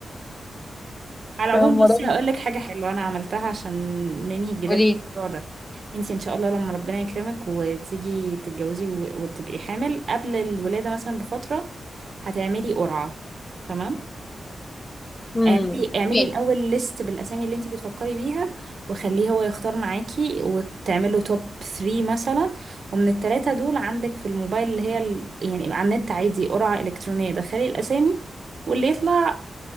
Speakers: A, on the right; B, on the left.
A: <laughs> على
B: فاهمة
A: العموم
B: الموضوع
A: بصي هقول لك حاجة حلوة أنا عملتها عشان ننهي الجدال
B: قولي
A: في الموضوع ده انتي إن شاء الله لما ربنا يكرمك وتيجي تتجوزي و- وتبقي حامل قبل الولادة مثلا بفترة هتعملي قرعة تمام
B: امم
A: اعملي اعملي
B: ماشي
A: الاول ليست بالاسامي اللي انت بتفكري بيها وخليه هو يختار معاكي وتعمله توب 3 مثلا ومن الثلاثه دول عندك في الموبايل اللي هي ال... يعني على النت عادي قرعه الكترونيه دخلي الاسامي واللي يطلع